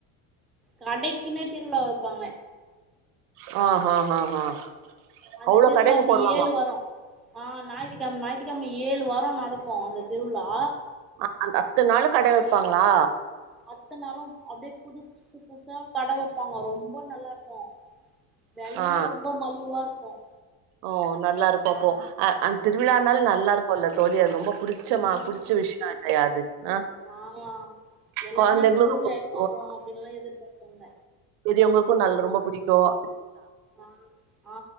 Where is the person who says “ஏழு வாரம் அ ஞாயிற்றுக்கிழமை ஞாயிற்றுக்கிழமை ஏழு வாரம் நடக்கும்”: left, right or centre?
Centre